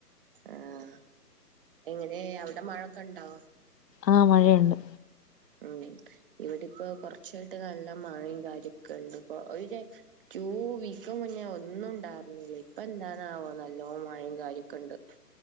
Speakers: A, on the right; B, on the left.
A: ആഹ് എങ്ങനെ അയുടെ മഴൊക്കെ ഇണ്ടോ?
B: ആഹ് മഴ ഇണ്ട്
A: ഉം ഇവിടെ ഇപ്പോ കൊർച്ചായിട്ട് നല്ല മഴിം കാര്യം ഒക്കെ ഇണ്ട് ഇപ്പൊ ഒര് ര ടൂ വീക്ക് മുന്നെ ഒന്നും ഇണ്ടാവെ വന്നീല്ലെയ് ഇപ്പ എന്താണാവോ നല്ലോം മഴിം കാര്യം ഒക്കെ ഇണ്ട്.